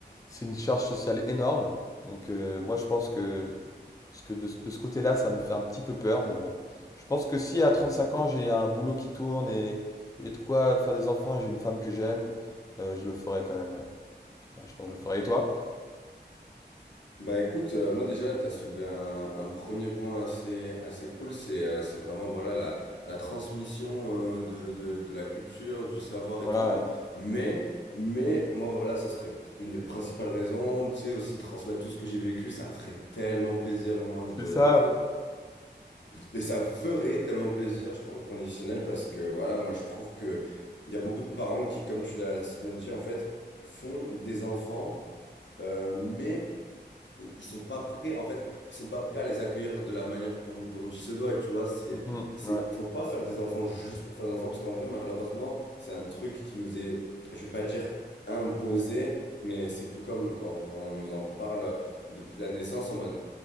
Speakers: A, on the left; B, on the left.
A: c'est une charge sociale énorme. Donc euh, moi, je pense que parce que de, de ce côté-là, ça me fait un petit peu peur, mais bon. Je pense que si à 35
B: Mhm.
A: ans, j'ai un boulot qui tourne et j'ai de quoi faire des enfants et j'ai une femme que j'aime, euh, je le ferai quand même, ouais. Ouais, Je pense que je le ferai. Et toi?
B: Bah écoute, euh, moi déjà là, tu as soulevé un, un premier point assez, assez cool, c'est euh, c'est vraiment voilà la, la transmission euh, de, de, de la culture, du savoir
A: Voilà,
B: et tout.
A: ouais.
B: Mais, mais moi voilà, ça serait une des principales raisons, tu sais, aussi transmettre tout ce que j'ai vécu, ça me ferait tellement plaisir moi
A: C'est
B: de,
A: ça.
B: de... Mais ça me ferait tellement plaisir, je parle au conditionnel, parce que voilà, moi je trouve que il y a beaucoup de parents qui, comme tu l'as si bien dit, en fait, font des enfants, euh, mais ils ils sont pas prêts en fait ils sont pas prêts à les accueillir de la manière dont, dont il se doit tu vois c'est
A: Mhm,
B: c'est
A: ouais,
B: faut pas faire des enfants juste pour faire des enfants parce qu'en vrai malheureusement c'est un truc qui nous est je vais pas dire imposé mais c'est tout comme quoi en vrai on nous en parle depuis la naissance en mode